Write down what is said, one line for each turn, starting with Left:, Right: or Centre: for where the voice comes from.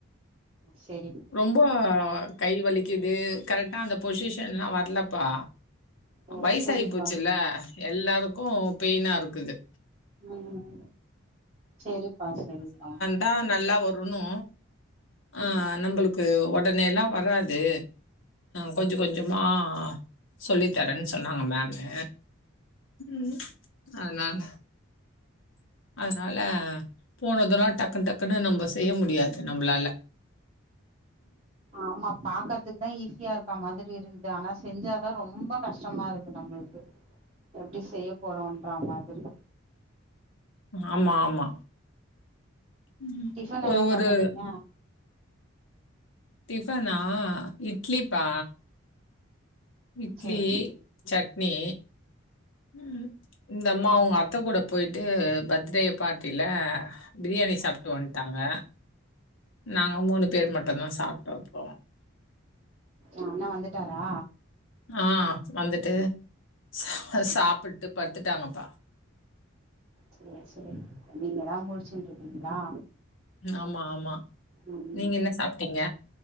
Right: சர்
Left: ரொம்போ கை வலிக்குது கரெக்டா அந்த பொசிஷன் எல்லா வர்லப்பா
Right: ஓ
Left: வயசாயி
Right: சரிப்பா
Left: போச்சுல்ல எல்லாருக்கு பெயினா இருக்குது
Right: ம் செரிப்பா செரிப்பா
Left: தா நல்லா வரணு ஆ
Right: ம்
Left: நம்பளுக்கு உடனே எல்லா வராது கொஞ்ச கொஞ்சமா சொல்லி தரேன் சொன்னாங்க மேமு ம் அதனால அதனால போனதுனா டக்குன் டக்குன்னு நம்ம செய்ய முடியாது நம்பளால
Right: ஆமா பாக்கறதுக்கு தா ஈஸியா இருக்கா மாதிரி இருக்குது ஆனா செஞ்சாதா ரொம்ப கஷ்டமா இருக் கு நம்பள்க்கு எப்டி செய்ய போறோன்ற மாத்ரி
Left: ஆமா ஆமா ம்.
Right: டிஃபன்
Left: ஒரு
Right: என்னப்பா
Left: ஒரு
Right: பண்ணீங்க
Left: டிஃபனா இட்லிப்பா இட்லி
Right: சேரி
Left: சட்னி ம் இந்தம்மா அவுங்க அத்த கூட போய்ட்டு பர்த்டே பார்ட்டில பிரியாணி சாப்ட்டு வந்ட்டாங்க நாங்க மூணு பேர் மட்டுந்தா சாப்ட்டோ அப்றோ
Right: உ அண்ண வந்துட்டாறா
Left: ஆ வந்துட்டு சா சாப்பிட்டு படுத்துட்டாங்கப்பா
Right: சேரி சேரி நீங்க தா முழிச்சின்ருப்பீங்ளா
Left: ஆமா ஆமா
Right: ம்
Left: நீங்க என்ன சாப்டீங்க